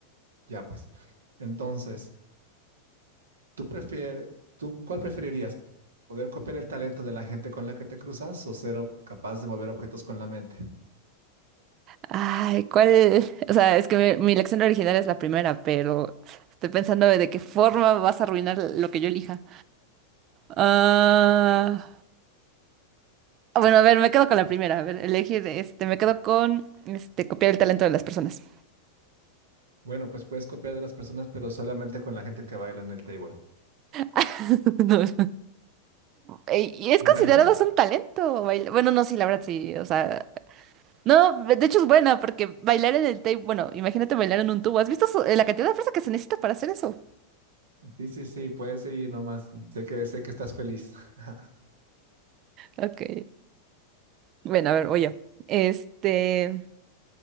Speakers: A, on the right; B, on the right.
A: Ya pues. Entonces, ¿tú prefieres, tú cuál preferirías? ¿Poder copiar el talento de la gente con la que te cruzas o ser o- capaz de mover objetos con la mente?
B: Ay, ¿cuál? <laughs> O sea, es que mi, mi elección original es la primera, pero estoy pensando de qué forma vas a arruinar lo que yo elija. Ah, ah, bueno, a ver, me quedo con la primera. A ver, elegir, este, me quedo con, este, copiar el talento de las personas.
A: Bueno, pues puedes copiar de las personas, pero solamente con la gente que baila en el table.
B: <laughs> No. Ey, Y es
A: Dale.
B: considerado
A: <laughs>
B: hasta un talento bailar. Bueno, no, sí, la verdad sí, o sea, no, de hecho es buena porque bailar en el tape, bueno, imagínate bailar en un tubo. ¿Has visto su- eh, la cantidad de fuerza que se necesita para hacer eso?
A: Sí, sí, sí, puedes seguir nomás. Sé que, sé que estás feliz. <laughs>
B: Ok. Bueno, a ver, voy yo. Este,